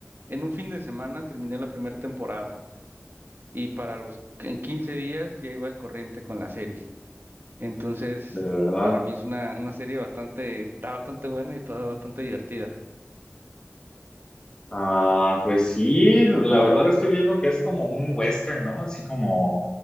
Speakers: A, on the right; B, on the left.
A: en un fin de semana terminé la primera temporada y para los en 15 días ya iba al corriente con la serie. Entonces,
B: de verdad.
A: para mí es una, una serie bastante, está bastante buena y está bastante divertida.
B: Ah, pues sí, la verdad estoy viendo que es como un western, ¿no? Así como,